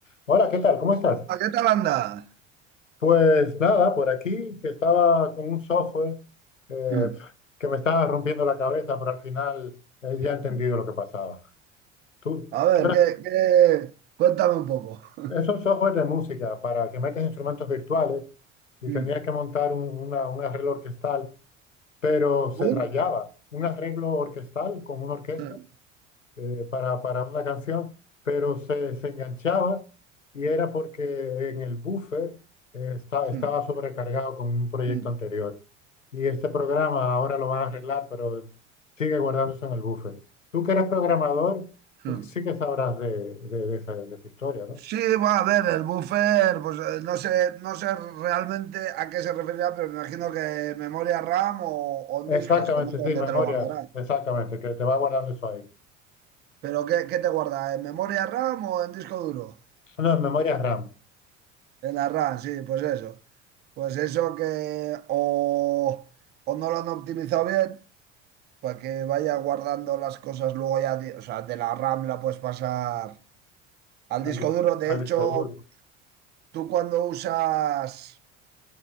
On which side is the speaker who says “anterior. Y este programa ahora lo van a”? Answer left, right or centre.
Left